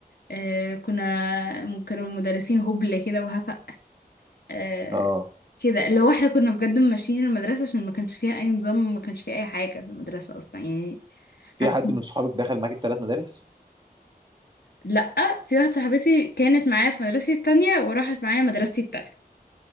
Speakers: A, on the left (about 80°); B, on the right (about 30°).
A: آه كنا كانوا المدرسين هبل كده وهفق آه
B: اه
A: كده اللي هو احنا كنا بجد ماشيين المدرسة عشان ما كانش فيها أي نظام ما كانش فيها أي حاجة في المدرسة أصلا يعني
B: في
A: حتى
B: حد من صحابك دخل معاكي التلات مدارس؟
A: لأ في واحدة صاحبتي كانت معايا في مدرستي التانية وراحت معايا مدرستي التالتة